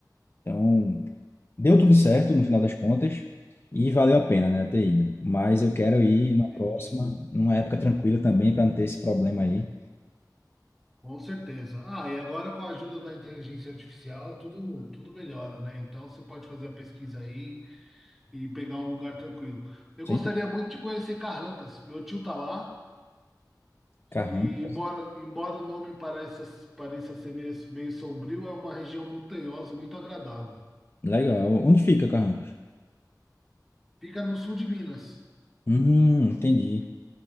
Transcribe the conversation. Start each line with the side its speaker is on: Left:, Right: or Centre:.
Left: Então, deu tudo certo no final das contas e valeu a pena, né, ter ido. Mas eu quero ir
Centre: Entendi.
Left: na próxima, numa época tranquila também, para não ter esse problema aí.
Centre: Com certeza. Ah, e agora com a ajuda da inteligência artificial, tudo, tudo melhora, né? Então você pode fazer a pesquisa aí e pegar um lugar tranquilo. Eu
Left: Gente,
Centre: gostaria muito de conhecer Carrancas. Meu tio tá lá
Left: Carrancas.
Centre: e embora, embora o nome pareça, pareça ser meio, meio sombrio, é uma região montanhosa muito agradável.
Left: Legal. Onde fica Carrancas?
Centre: Fica no sul de Minas.
Left: Hum, entendi.